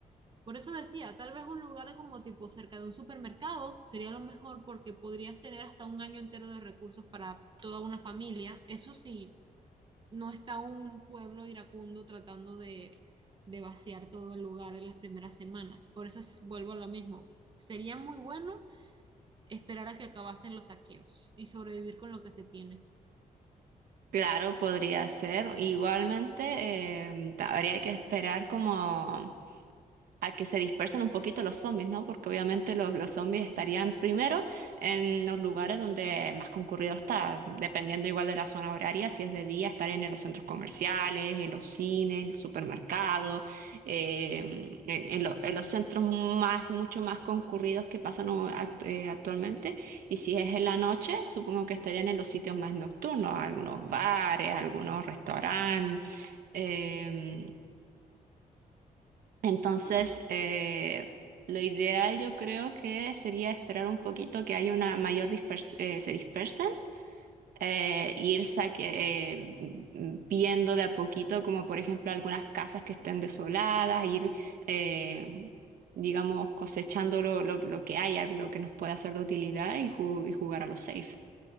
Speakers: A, on the right (about 35°); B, on the right (about 85°).
A: Por eso decía, tal vez un lugar como tipo cerca de un supermercado sería lo mejor porque podrías tener hasta un año entero de recursos para toda una familia. Eso sí, no está un pueblo iracundo tratando de, de vaciar todo el lugar en las primeras semanas. Por eso es- vuelvo a lo mismo. Sería muy bueno esperar a que acabasen los saqueos y sobrevivir con lo que se tiene.
B: Claro, podría ser. Igualmente, eh, habría que esperar como a que se dispersen un poquito los zombies, ¿no? Porque obviamente los, los zombies estarían primero en los lugares donde más concurrido está, dependiendo igual de la zona horaria, si es de día, estarían en los centros comerciales, en los cines, los supermercados, eh, en, en lo- en los centros más, mucho más concurridos que pasan o- act- eh, actualmente. Y si es en la noche, supongo que estarían en los sitios más nocturnos, algunos bares, algunos restaurantes. eh, entonces,
A: Hmm.
B: eh, lo ideal yo creo que sería esperar un poquito que haya una mayor dispers- eh, se dispersen, eh, ir saque- eh, m- viendo de a poquito, como por ejemplo algunas casas que estén desoladas, ir, eh, digamos, cosechando lo, lo- lo que haya, lo que nos pueda ser de utilidad y, ju- y jugar a lo safe.